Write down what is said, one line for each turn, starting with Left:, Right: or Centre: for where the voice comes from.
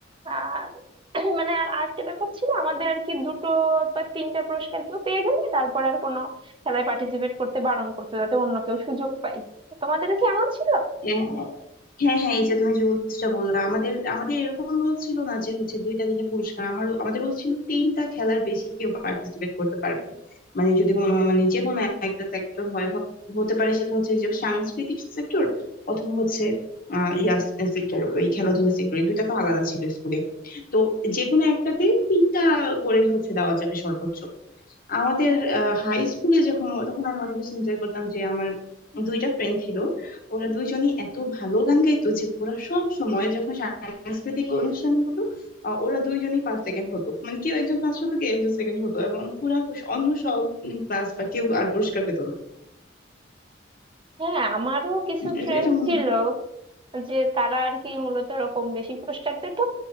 Right: আর <clears throat> মানে আর আরেকটা ব্যাপার ছিল আমাদের আর কি দুটো বা তিনটা পুরস্কার কেউ পেয়ে গেলে তারপর আর কোনো খেলায় পার্টিসিপেট করতে বারণ করতো যাতে অন্য কেউ সুযোগ পায় তোমাদেরও কি এমন ছিল
Left: হ্যাঁ হ্যাঁ হ্যাঁ এই যে তুমি যে রুলসটা বললা আমাদের আমাদের এরকম রুল ছিল না যে হচ্ছে দুইটা তিনটা পুরস্কার আমার আমাদের রুল ছিল তিনটা খেলার বেশি কেউ পার্টিসিপেট করতে পারবে না মানে যদি কোনো মানে যে কোনো একটা সেক্টর হয় হ- হতে পারে সেটা হচ্ছে যে সাংস্কৃতিক সেক্টর অথবা হচ্ছে আহ ইয়া সেক্টর ওই খেলাধুলা সেক্টর এই দুইটা তো আলাদা ছিল স্কুলে তো যে কোনো একটাতে তিনটা করে হচ্ছে দেওয়া যাবে সর্বোচ্চ আমাদের হাই স্কুলে যখন তখন আমি অনেক বেশি এনজয় করতাম যে আমার দুইটা ফ্রেন্ড ছিল ওরা দুইজনই এত ভালো গান গাইতো যে ওরা সব সময় যখন সাংস্কৃতিক অনুষ্ঠান হতো আহ, ওরা দুইজনই ফার্স্ট সেকেন্ড হতো মানে কেউ একজন ফার্স্ট হতো কেউ একজন সেকেন্ড হতো এবং পুরা অন্য সব ক্লাস বা কেউ আর পুরস্কার পেতো না
Right: হ্যাঁ আমারও কিছু
Left: এটা
Right: ফ্রেন্ড
Left: এটা মনে-
Right: ছিল যে তারা আর কি মূলত ওরকম বেশি পুরস্কার পেত